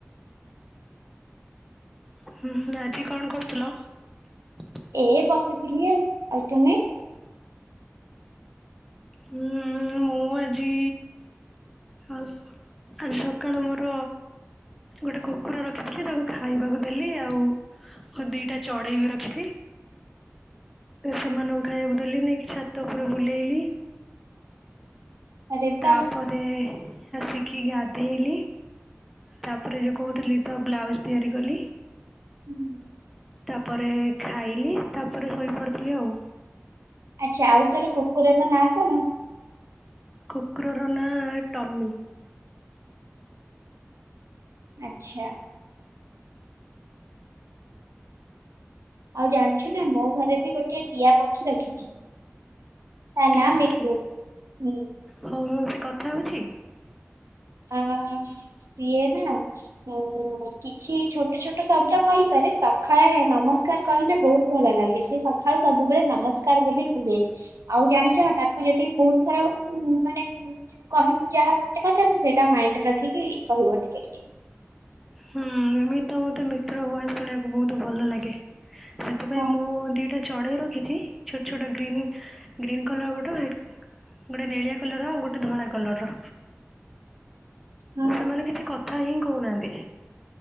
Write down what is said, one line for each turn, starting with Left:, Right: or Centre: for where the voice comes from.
Centre: ହୁଁ ହୁଁ ଆଜି କଣ କରୁଥିଲ ।
Right: ଏ ବସିଥିଲି ଆଉ ଆଉ ତୁମେ ।
Centre: ହୁଁ ମୁଁ ଆଜି ମୁ । ଆଜି ସକାଳୁ ମୋର ଗୋଟେ କୁକୁର ରଖିଥିଲି ତାକୁ ଖାଇବାକୁ ଦେଲି ଆଉ । ହ ଦିଟା ଚଢେଇ ବି ରଖିଛି ସେମାନଙ୍କୁ ଖାଇବାକୁ ଦେଲି ନେଇକି । ଛାତ ଉପୁର ବୁଲେଇଲି
Right: ଆରେ
Centre: ତାପରେ
Right: ବା
Centre: ଆସି । କି ଗାଧେଇଲି ତାପରେ ଯୋଉ କହୁଥିଲି ତ ବ୍ଲାଉଜ୍ ତିଆରି କଲି।
Right: ହୁଁ।
Centre: ତାପରେ ଖାଇଲି ତାପରେ ଶୋଇପଡ଼ିଥିଲି ଆଉ।
Right: ଆଚ୍ଛା ଆଉ ତୋର କୁକୁରର ନାଁ କଣ।
Centre: କୁକୁରର ନାଁ ଟମି।
Right: ଆଚ୍ଛା। ଆଉ ଜାଣିଛୁ ନା ମୋ ଘରେ ବି ଗୋଟିଏ ଟିଆ ପକ୍ଷି ରଖିଛି ତା
Centre: ଟିଆ
Right: ନାଁ
Centre: ପକ୍ଷୀ
Right: ମିଟୁ ହୁଁ।
Centre: ହଉ ହଉ ସେ କଥା ହୋଉଛି
Right: ଆ ସିଏ ନା ଓ କିଛି ଛୋଟ ଛୋଟ ଶବ୍ଦ କହିପାରେ ସ ସଖାଳେ ନମସ୍କାର କହିଲେ ବହୁତ ଭଲ ଲାଗେ ସେ ସଖାଳୁ ସବୁବେଳେ ନମସ୍କାର ବୋଲି କୁହେ ଆଉ ଆଉ ଜାଣିଛ ନା ତାକୁ ଯଦି ବହୁତ ଥର ଉଁ ମାନେ କହିବୁ ଯାହା ଗୋଟେ କଥା ସେ ସେ ମାଇଣ୍ଡରେ ରଖିକି କହିବ ଟିକେ ଟିକେ।
Centre: ହୁଁ ଏମିତି ତ ମତେ ମିତ୍ର ଭଏସ୍‌ ଶୁଣିବାକୁ ବହୁତ ଭଲ ଲାଗେ। ସେଥିପାଇଁ
Right: ହଁ
Centre: ମୁଁ ଦିଟା ଚଢ଼େଇ ରଖିଛି ଛୋଟ ଛୋଟ ଗ୍ରୀନ୍ ଗ୍ରୀନ୍ କଲର ଗୋଟେ ଗୋଟେ ନେଳିଆ କଲର ଆଉ ଗୋଟେ ଧଳା କଲରର।
Right: ହଁ
Centre: ସେମାନେ କିଛି କଥା ହିଁ କହୁନାହାନ୍ତି।